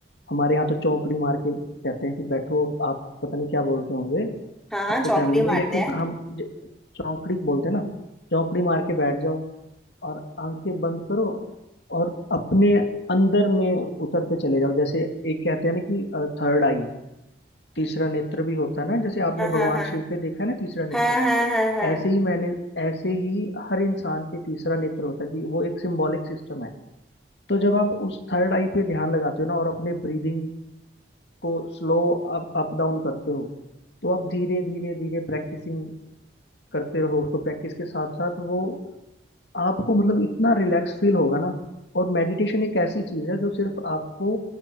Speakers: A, on the left; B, in the centre.
A: हमारे यहाँ तो चौकड़ी मार के कहते हैं कि बैठो आप पता नहीं क्या बोलते होंगे
B: हाँ हाँ
A: आपके
B: चौकड़ी
A: फैमिली
B: मारते
A: में लेकिन
B: हैं
A: हम ज- चौकड़ी बोलते हैं ना चौकड़ी मार के बैठ जाओ और आंखें बंद करो और अपने अंदर में उतरते चले जाओ जैसे एक कहते हैं ना कि थर्ड आई तीसरा नेत्र भी होता है ना जैसे आपने
B: हाँ हाँ
A: भगवान
B: हाँ
A: शिव के देखा है ना तीसरा नेत्र
B: हाँ हाँ हाँ हाँ
A: ऐसे ही मैंने ऐसे ही हर इंसान के तीसरा नेत्र होता है कि वो एक सिंबॉलिक सिस्टम है तो जब आप उस थर्ड आई पे ध्यान लगाते हो ना और अपने ब्रीदिंग को स्लो अप अप डाउन करते हो तो आप धीरे धीरे धीरे प्रैक्टिसिंग करते रहो उसको प्रैक्टिस के साथ साथ वो आपको मतलब इतना रिलैक्स फील होगा ना और मेडिटेशन एक ऐसी चीज है जो सिर्फ आपको